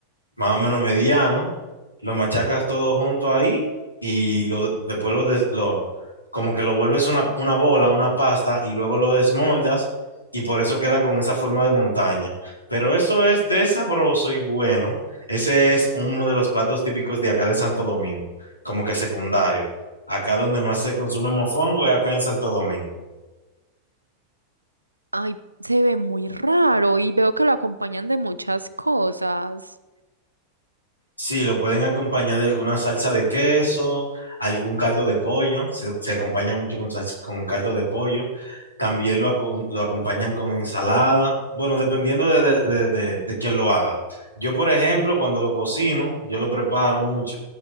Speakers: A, on the left (about 85°); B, on the right (about 85°).
A: más o menos mediano, lo machacas todo junto ahí y lo, después lo, des- lo- como que lo vuelves una, una bola, una pasta y luego lo desmoldas y por eso queda con esa forma de montaña. Pero eso es de sabroso y bueno. Ese es uno de los platos típicos de acá de Santo Domingo, como que secundario. Acá donde más se consume mofongo es acá en Santo Domingo.
B: Ay, se ve muy raro y veo que lo acompañan de muchas cosas.
A: Sí, lo pueden acompañar de alguna salsa de queso, algún caldo de pollo, se, se acompaña mucho con, salsa- con caldo de pollo. También lo, aco- lo acompañan con ensalada, bueno, dependiendo de, de, de- de- de quién lo haga. Yo, por ejemplo, cuando lo cocino, yo lo preparo mucho,